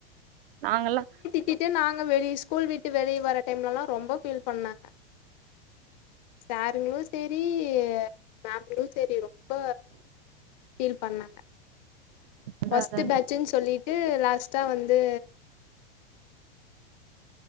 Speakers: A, on the right; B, on the left.
A: நாங்கல்லா
B: திட்டிட்டே நாங்க வெளி ஸ்கூல் விட்டு வெளிய வர டைம்லல்லா ரொம்ப ஃபீல் பண்ணங்க சாருங்களு சேரி மேமுங்களு சேரிரும் ரொம்ப ஃபீல் பண்ணாங்க
A: அதா
B: ஃபஸ்ட்டு
A: அதா
B: பேச்சுன்னு சொல்லிட்டு லாஸ்ட்டா வந்து